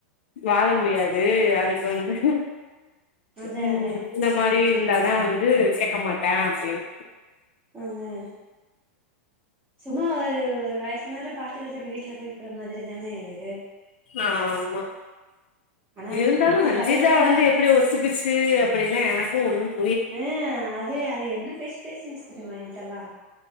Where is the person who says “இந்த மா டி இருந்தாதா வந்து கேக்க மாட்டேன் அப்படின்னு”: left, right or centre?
Left